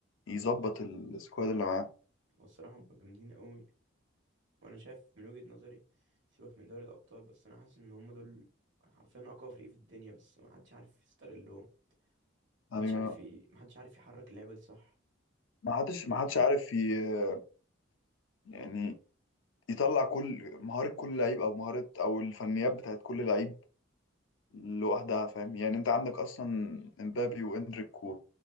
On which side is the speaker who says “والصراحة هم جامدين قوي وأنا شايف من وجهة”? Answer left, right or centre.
Right